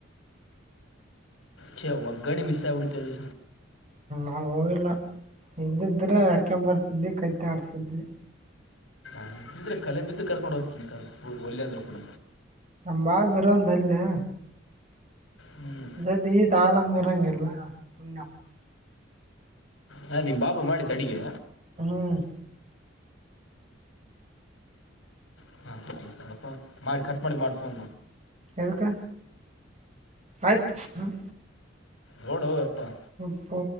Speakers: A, on the left (about 85°); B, on the right (about 35°).
A: ಛೆ ಒಗ್ಗಡಿ ಮಿಸ್ ಆಗ್ ಬಿಡ್ತಿಲ್ಲೆ
B: ನಾ ಹೋಗಿಲ್ ನಾ ಹಿಂದಿದ್ರೆ ಹಾಕ್ಯಾಂಬ ಬರ್ತಿದಿ ಕೈತ ಆಡ್ಸಿದ್ವಿ.
A: ನಾನ್ ಚಿದ್ರಿ ಕಲೆ ಬಿದ್ದು ಕರ್ಕೊಂಡು ಹೊತಿದ್ನಿ ಕರ್ ವಲ್ಯಂದ್ರು ಕುಡ.
B: ನಮ್ ಬಾವ್ ಬಿರಂದ ಅಲ್ಯಾ.
A: ಹ್ಮ್
B: ಜದ್ದಿ ತಾಲಮ್ ಮಿರಂಗಿಲ್ಲ <unintelligible>
A: ಹಾ ನಿಮ್ ಬಾಬು ಮಾಡಿದ್ದ ಅಡಿಗೆ
B: ಹ್ಮ್
A: <unintelligible> ಹಾಂ ಆಯ್ತು ನೋಡಪ್ಪ ಮಾಡಿ ಕಟ್ ಮಾಡಿ ಮಾಡಿ ಫೋನ್
B: ಎದಕ್ಕ ಆಯ್ತ ಹ
A: ನೋಡೋ ಎಪ್ಪಾ.
B: ಪೊ